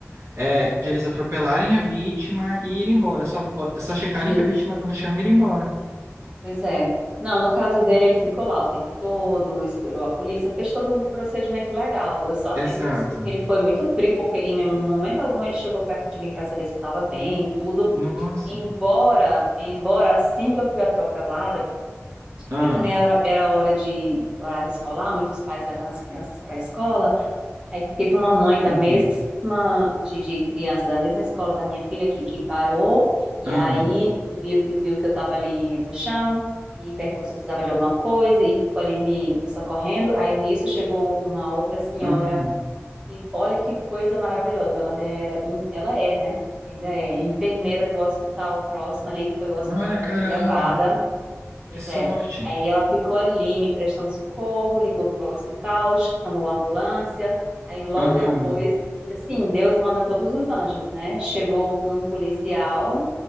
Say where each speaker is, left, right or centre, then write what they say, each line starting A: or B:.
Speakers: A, on the right; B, on the right.
A: é, de eles atropelarem a vítima e ir embora, só, só checarem
B: fugi.
A: que a vítima está no chão e ir embora.
B: Pois é. Não, no caso dele, ele ficou lá o tempo todo, esperou a polícia, fez todo o procedimento legal. Eu só achei
A: Exato.
B: que ele, su- que ele foi muito frio, porque em mom- momento algum ele chegou perto de mim para saber se eu estava bem e tudo.
A: Nossa.
B: Embora, embora assim que eu fui atropelada, acho que
A: Ah,
B: porque também era, era hora de horário escolar, muitos pais levando as crianças para a escola. Aí teve uma mãe da
A: uhum.
B: mesma, de, de criança da mesma escola da minha filha que, que parou, e
A: ah,
B: aí viu que, viu que eu estava ali no chão e perguntou se eu precisava de alguma coisa e ficou ali me, me socorrendo. Aí nisso chegou uma outra senhora
A: aham.
B: e olha que coisa maravilhosa, ela era, em- ela é, né? Ainda é enfermeira do hospital próximo ali, que foi o hospital
A: Olha,
B: que
A: caramba,
B: eu fui levada. Pois
A: que sorte.
B: é. Aí ela ficou ali me prestando socorro, ligou pro hospital, chamou a ambulância. Aí logo
A: Aham,
B: depois, assim, Deus manda todos os anjos, né? Chegou um policial,